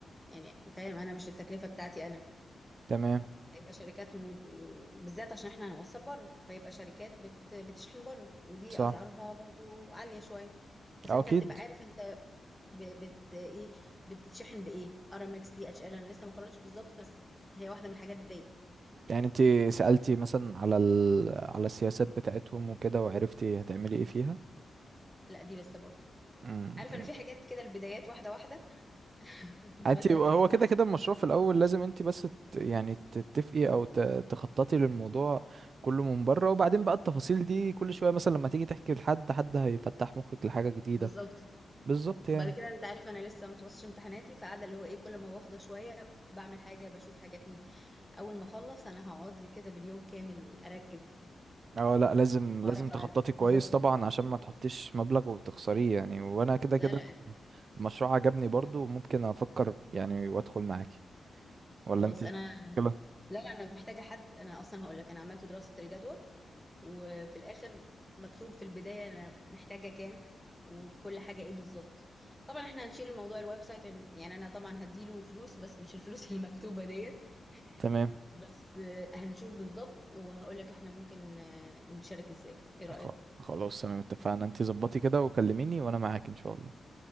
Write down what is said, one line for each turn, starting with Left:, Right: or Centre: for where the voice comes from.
Centre: يعني فاهم انا مش التكلفه بتاعتي انا
Right: تمام
Centre: هيبقى شركات م... بالذات عشان احنا هنوصل بره فيبقى شركات بت... بتشحن بره ودي
Right: صح
Centre: اسعارها برضو عالية شوية بس
Right: اه
Centre: انت
Right: اكيد
Centre: هتبقى عارف انت ب... بت ايه بتتشحن بايه ارامكس دي اتش ال انا لسه ما قررتش بالظبط بس هي واحدة من الحاجات ديت
Right: يعني انت سألتي مثلا على ال... على السياسات بتاعتهم وكده وعرفتي هتعملي ايه فيها
Centre: لا دي لسه برضو
Right: امم
Centre: عارف انا في حاجات كده البدايات واحدة واحدة <laughs>
Right: انت
Centre: بس
Right: هو
Centre: اتليست
Right: كده
Centre: عارف
Right: كده المشروع في الاول لازم انت بس ت- يعني تتفقي او ت- تخططي للموضوع كله من بره وبعدين بقى التفاصيل دي كل شويه مثلا لما تيجي تحكي لحد حد هيفتح مخك لحاجه جديده
Centre: بالظبط
Right: بالظبط يعني
Centre: وبعد كده انت عارف انا لسه ما خلصتش امتحاناتي فقاعده اللي هو ايه كل ما بفضى شويه بعمل حاجه بشوف حاجه فيه اول ما اخلص انا هقعد لي كده باليوم كامل اركز
Right: اه لا لازم
Centre: واعرف
Right: لازم تخططي
Centre: عن
Right: كويس
Centre: بالظبط
Right: طبعا عشان ما تحطيش مبلغ وتخسريه يعني وانا كده
Centre: لا
Right: كده
Centre: لا أكيد.
Right: المشروع عجبني برضو ممكن افكر يعني وادخل معاكي ولا
Centre: خلاص
Right: انت
Centre: انا
Right: كده
Centre: لا لا انا محتاجه حد انا اصلا هقول لك انا عملت دراسه الجدوى وفي الاخر مكتوب في البدايه انا محتاجه كام وفي كل حاجه ايه بالظبط طبعا احنا هنشيل الموضوع الويب سايت يعني انا طبعا هديله فلوس بس مش الفلوس <laughs> المكتوبه ديت
Right: تمام
Centre: بس آه، هنشوف بالظبط وهقول لك احنا ممكن آه، نشارك ازاي ايه رايك
Right: خ- خلاص تمام اتفقنا انت ظبطي كده وكلميني وانا معاك ان شاء الله